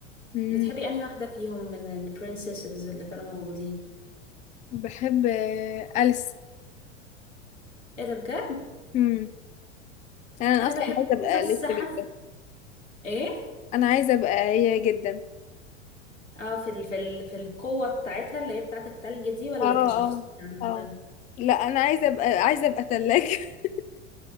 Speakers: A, on the left; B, on the left.
A: مم.
B: بتحبي انهي واحدة فيهم من البرنسيسز اللي كانوا موجودين
A: بحب آه، أليس
B: ايه ده بجد
A: مم. أنا
B: انا
A: أصلا
B: بحبهم
A: عايزة أبقى
B: بس
A: أليس
B: حاسة
A: جدا
B: ايه
A: أنا عايزة أبقى هي جدا
B: اه في ال في ال في القوة بتاعتها اللي هي بتاعت التلج دي ولا
A: اه اه
B: كشخصية عامة
A: اه لا انا عايزه ابقى عايزه ابقى ثلاجه <laughs>